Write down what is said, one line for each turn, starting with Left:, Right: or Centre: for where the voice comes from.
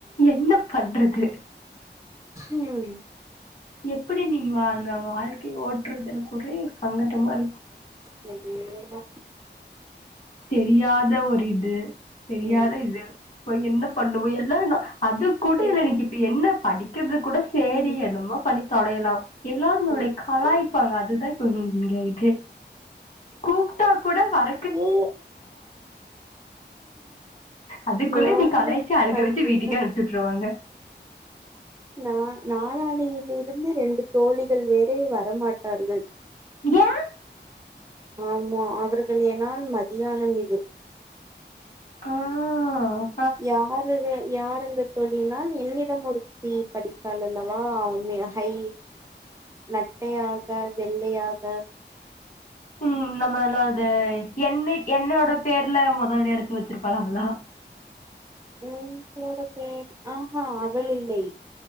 Left: என்ன பண்ற <unintelligible>
Right: உம்ஹ்
Left: எப்படி நீங் வாங்க வாழ்க்கை ஓட்டுறது எனக்கு ஒரே சங்கட்டமா இருக்கு
Right: <unintelligible>
Left: தெரியாத ஒரு இது தெரியாத
Right: ம்
Left: இது போய் என்ன பண்ணுவோ எல்லா என்ன அது கூட
Right: ம்
Left: இல்ல எனய்க்கு இப்ப என்ன படிக்கற்து கூட சேரி
Right: ம்
Left: என்னமோ பணி தொலயலவ் எல்லாரு நம்மளய்
Right: ம்
Left: கலாய் ப்பாங்க அதுதா இப்ப ஹ்ம் ங்க இது கூப்ட்டா கூட வர
Right: ஏ
Left: அதுக்குள்ள
Right: நான்தா
Left: என்னய கலாய்ச்சு அழுக
Right: அதேதா
Left: வச்சு வீட்டுக்கே அனுப்ச்சு விட்ருவாங்க
Right: நா நாளான்னயிலேருந்து ரெண்டு தோழிகள் வேறு வரமாட்டார்கள்
Left: ஏ
Right: ஆமா அவர்கள் எனால் மதியானம் இது
Left: ஆஹ்
Right: யாரு வே யாரந்த தோழிகள்னா என்னிடம் ஒருத்தி படித்தாலல்லவா உண்மயா ஹை நெட்டையாக வெள்ளையாக
Left: உம் நம்மல்லது என்னை என்னோட பேர்ல மொதல் எழுத்து வச்சிருப்பால்ல அவளா
Right: உம் பேரு பேரு ஆஹா அவள் இல்லை